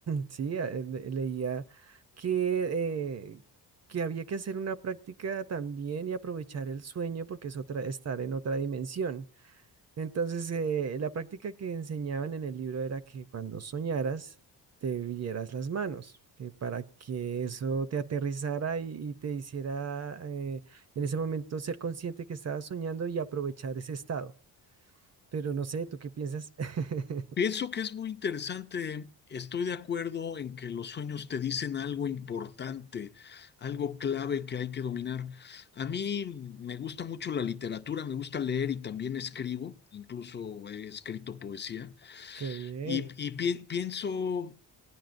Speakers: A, on the right; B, on the left.
A: sí, Ah, eh, de- leía que, eh, que había que hacer una práctica también y aprovechar el sueño porque es otra, estar en otra dimensión. Entonces, eh, la práctica que enseñaban en el libro era que cuando soñaras, te vieras las manos, que para que eso te aterrizara y, y te hiciera eh, en ese momento ser consciente que estabas soñando y aprovechar ese estado. Pero no sé, ¿tú qué piensas? <laughs>
B: Pienso que es muy interesante. Estoy de acuerdo en que los sueños te dicen algo importante, algo clave que hay que dominar. A mí me gusta mucho la literatura, me gusta leer y también escribo, incluso he escrito poesía.
A: Qué bien.
B: Y, y pi- pienso